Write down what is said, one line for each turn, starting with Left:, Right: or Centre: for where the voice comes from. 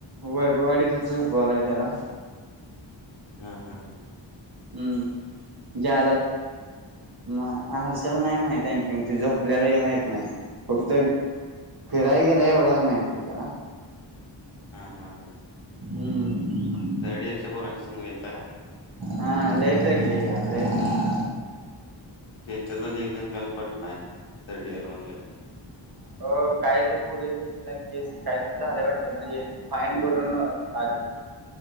Right: वैबवाडीचच झोपवलाय त्याला
Left: ह ह ह
Right: हम्म जादा म आरश्याला नाही माहित आणखी त झोपल्यालाही माहित नाही फक्त फिरायला गेलाय एवढंच माहिती नाही त्याला
Left: हम्म हम्म हम्म
Right: हम्म.
Left: थर्ड ईयरचा पोरांच्या संग गेलता का?
Right: हा लय चढल्या लई
Left: तेच्यातल एक जण काल पडलं थर्ड इयर मधल्या.
Right: हो काही तर पोलीस स्टेशन न केस काहीतरी झाला वाटतं म्हणजे फाईन भरून आले.